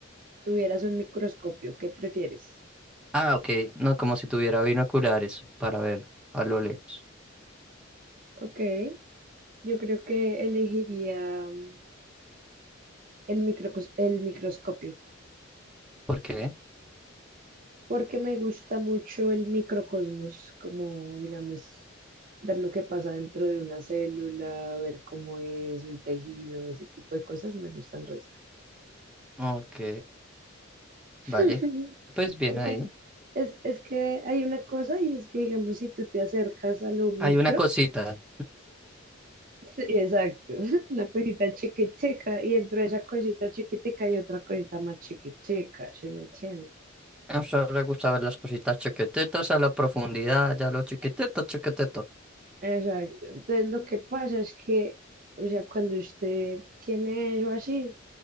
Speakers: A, on the right (about 45°); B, in the centre.
A: tuvieras un microscopio, ¿qué prefieres?
B: Ah, ok. No, como si tuviera binoculares para ver a lo lejos.
A: Ok, yo creo que elegiría mm, el microcos- el microscopio,
B: ¿Por qué?
A: porque me gusta mucho el microcosmos, como digamos, ver lo que pasa dentro de una célula, ver cómo es un tejido, ese tipo de cosas, me gustan resto.
B: Ok,
A: <laughs>
B: vale. Pues bien
A: Porque
B: ahí.
A: es, es que hay una cosa y es que, digamos, si tú te acercas a lo micro,
B: Hay una cosita.
A: Sí, exacto, <laughs> una cosita chiquitica y dentro de esa cosita chiquitica hay otra cosita más chiquitica, ¿sí me entiendes?
B: A usted le gusta ver las cositas chiquititas a la profundidad, ya lo chiquitito, chiquitito.
A: Exacto, entonces lo que pasa es que, o sea, cuando usted tiene eso así,